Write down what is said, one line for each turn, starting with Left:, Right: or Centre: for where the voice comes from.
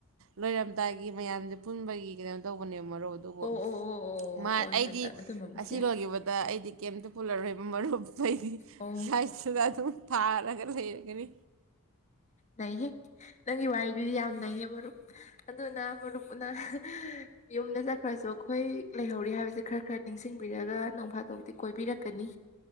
Right: ꯂꯣꯏꯔꯝꯗꯥꯏꯒꯤ ꯃꯌꯥꯝ ꯄꯨꯟꯕꯒꯤ ꯀꯩꯅꯣ ꯇꯧꯒꯅꯦꯕ ꯃꯔꯨ ꯑꯗꯨꯕꯨ
Left: ꯑꯣ ꯑꯣ ꯑꯣ ꯑꯣ
Right: ꯑꯩꯗꯤ
Left: ꯍꯣꯏ ꯍꯣꯏ ꯑꯗꯨꯝꯕꯕꯨꯁꯨ
Right: ꯑꯁꯤ
Left: ꯌꯥꯏ
Right: ꯂꯣꯏꯤꯈꯤꯕꯗ ꯑꯩꯗꯤ ꯀꯩꯇ ꯄꯨꯜꯂꯔꯣꯏ ꯃꯔꯨꯞ ꯅꯣꯏꯗꯤ
Left: ꯑꯣ
Right: <unintelligible> ꯑꯗꯨꯝ ꯊꯥꯔꯒ ꯂꯩꯔꯦ <unintelligible> ꯒꯤꯅꯤ
Left: ꯂꯩꯍꯦ ꯅꯪꯒꯤ ꯋꯥꯔꯤꯗꯨꯗꯤ ꯌꯥꯝ ꯅꯩꯌꯦ ꯃꯔꯨꯞ ꯑꯗꯨꯅ ꯃꯔꯨꯞꯅ ꯌꯨꯝꯗ ꯆꯠꯈ꯭ꯔꯁꯨ ꯑꯩꯈꯣꯏ ꯂꯩꯍꯧꯔꯤ ꯍꯥꯏꯕ ꯁꯦ ꯈꯔ ꯈꯔ ꯅꯤꯡꯁꯤꯡꯕꯤꯔꯒ ꯅꯣꯡꯐꯥꯗꯧꯗꯤ ꯀꯣꯏꯕꯤꯔꯛꯀꯅꯤ